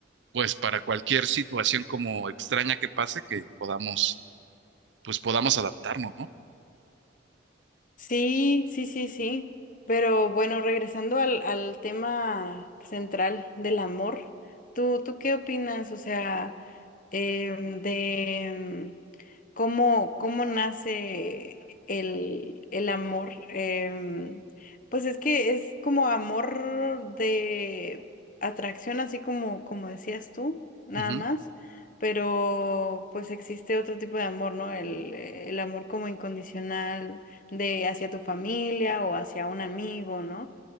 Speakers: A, on the right; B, on the left.
A: pues para cualquier situación como extraña que pase, que podamos, pues podamos adaptarnos, ¿no?
B: Sí, sí, sí, sí. Pero bueno, regresando al, al tema central del amor, ¿tú, tú qué opinas? O sea, em, de em, cómo, cómo nace el, el amor. Em, pues es que es como amor de atracción, así como, como decías tú, nada
A: Ujú,
B: más. Pero pues existe otro tipo de amor, ¿no? El, el amor como incondicional de hacia tu familia o hacia un amigo, ¿no?